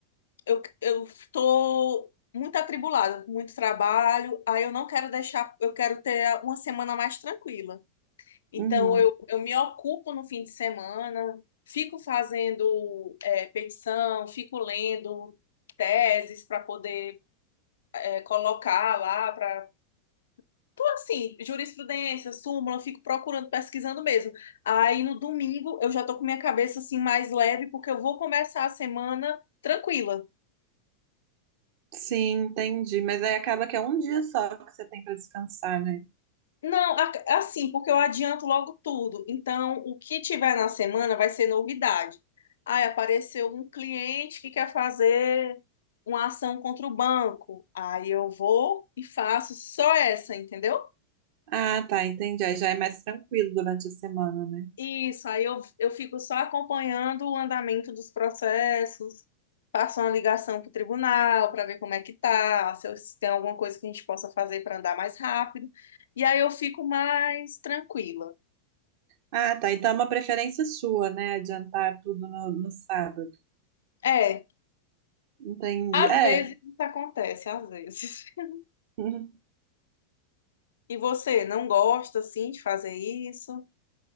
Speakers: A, on the left (about 65°); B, on the right (about 50°).
A: eu eu estou muito atribulada, com muito trabalho, aí eu não quero deixar, eu quero ter uma semana mais tranquila. Então
B: Uhum.
A: eu, eu me ocupo no fim de semana, fico fazendo é, petição, fico lendo teses para poder é, colocar lá, para tô assim, jurisprudência, súmula, eu fico procurando, pesquisando mesmo. Aí no domingo eu já tô com minha cabeça assim mais leve, porque eu vou começar a semana tranquila.
B: Sim, entendi. Mas aí acaba que é um dia só que você tem para descansar, né?
A: Não, a- assim, porque eu adianto logo tudo. Então, o que tiver na semana vai ser novidade. Aí apareceu um cliente que quer fazer uma ação contra o banco. Aí eu vou e faço só essa, entendeu?
B: Ah, tá, entendi. Aí já é mais tranquilo durante a semana, né?
A: Isso, aí eu, eu fico só acompanhando o andamento dos processos, faço uma ligação para o tribunal para ver como é que tá, se, eu- se tem alguma coisa que a gente possa fazer para andar mais rápido. E aí eu fico mais tranquila.
B: Ah, tá. Então é uma preferência sua, né? Adiantar tudo no, no sábado.
A: É,
B: Entendi.
A: Às
B: É.
A: vezes
B: <laughs>
A: isso acontece, às vezes. <laughs>
B: Uhum.
A: E você não gosta assim de fazer isso?